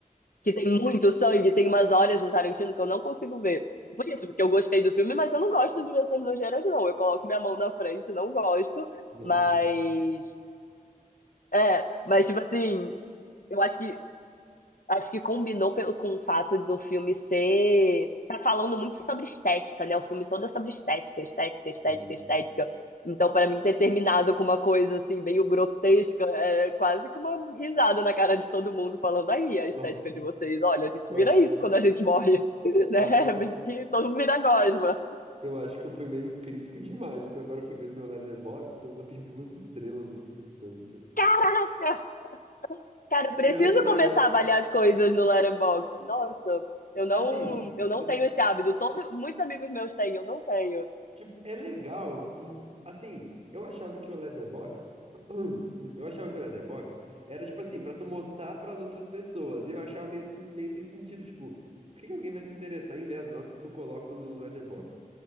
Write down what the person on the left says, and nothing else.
que tem muito sangue, tem umas horas no Tarantino que eu não consigo ver. Por isso, porque eu gostei do filme, mas eu não gosto de ver essas nojeiras, não. Eu coloco minha mão na frente, não gosto.
Mas.
É, mas tipo assim, eu acho que Acho que combinou pelo- com o fato do filme ser. Tá falando muito sobre estética, né? O filme todo é sobre estética, estética, estética,
estética. Então, pra mim, ter terminado com uma coisa assim, meio grotesca, é quase que uma risada na cara de todo mundo, falando aí a
estética de vocês. Olha, a gente
vira
isso quando a gente morre, <laughs> né?
Meio que Todo mundo vira gosma.
Caraca! Cara,
eu preciso
começar a avaliar as coisas no Letterboxd. Nossa, eu não,
eu não
tenho esse hábito. Todo, muitos amigos meus têm, eu não tenho.